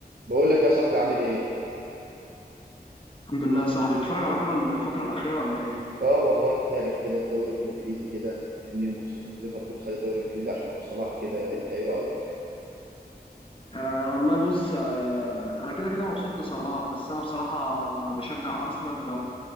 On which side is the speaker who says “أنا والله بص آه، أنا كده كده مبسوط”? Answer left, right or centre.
Left